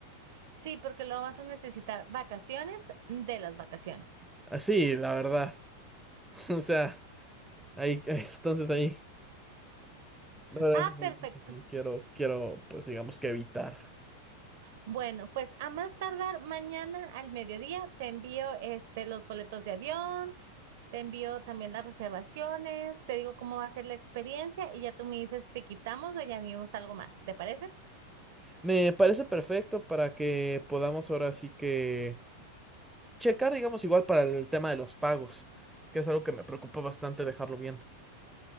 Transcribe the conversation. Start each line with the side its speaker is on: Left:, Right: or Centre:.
Right: Sí, porque lo vas a necesitar vacaciones de las vacaciones.
Centre: Así, la verdad. <laughs> O sea, ahí, ahí- entonces ahí, la verdad
Right: Ah,
Centre: es que
Right: perfecto.
Centre: sí quiero, quiero, pues digamos que evitar.
Right: Bueno, pues a más tardar mañana al mediodía te envío este los boletos de avión, te envío también las reservaciones, te digo cómo va a ser la experiencia y ya tú me dices si quitamos o añadimos algo más, ¿te parece?
Centre: Me parece perfecto para que podamos ahora sí que checar, digamos, igual para el tema de los pagos, que es algo que me preocupa bastante dejarlo viendo.